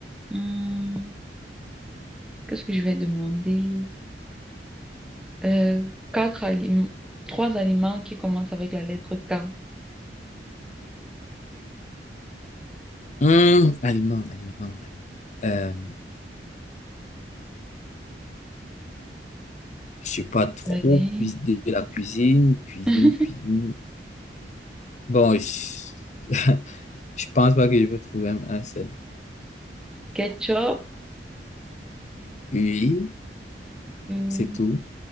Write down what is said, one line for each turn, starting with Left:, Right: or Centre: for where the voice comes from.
Centre: Hmm, qu'est-ce que je vais demander? Euh, quatre aliments, trois aliments qui commencent avec la lettre K.
Left: Hum, aliments, aliments. aliment. Euh, je sais pas trop
Centre: Allez.
Left: cuisiner de la cuisine, cuisine,
Centre: <laughs>
Left: cuisine. Bon, je, <laughs> je pense pas que je peux trouver un, un seul.
Centre: Ketchup,
Left: Oui,
Centre: hmm,
Left: c'est tout.